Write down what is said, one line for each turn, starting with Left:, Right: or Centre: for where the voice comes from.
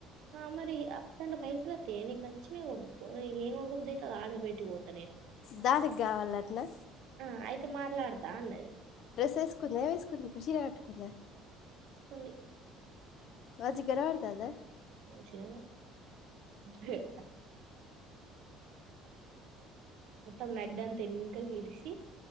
Right: ఆ మరి అప్పత్తా పైసలతే నీకు నచ్చినే ఉకో ఏం ఒకుదైతే అద ఆధార్ బయటికి ద్తు
Left: దానికి కావాల అట్నా
Right: ఆ అయితే మాట్లాడతా అన్నది
Left: డ్రెస్ వేకు ఏ వేసుకుంది ఇప్పుడు చీర కట్టుకుంద
Right: ఉంది
Left: వజిక రాడుతుదా
Right: చిన పెడతా మొత్తం నడ్డ అంత ఎనక గిడిసి